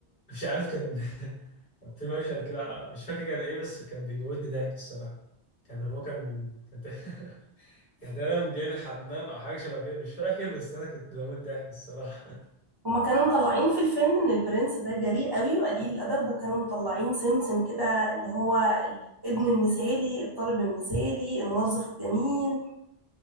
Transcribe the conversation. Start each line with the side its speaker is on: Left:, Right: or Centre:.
Left: مش عارف كان <laughs> كان في مشهد كده مش فاكر كان ايه بس كان بيموتني ضحك الصراحه كان هو كان كان ت- <laughs> كان تقريبا بيعمل حمام او حاجه شبه كده مش فاكر بس انا كنت بموت ضحك الصراحه
Right: هما كانوا مطلعين في الفيلم ان البرنس ده جريء قوي وقليل الادب وكانوا مطلعين سمسم كده اللي هو الابن المثالي الطالب المثالي الموظف الجميل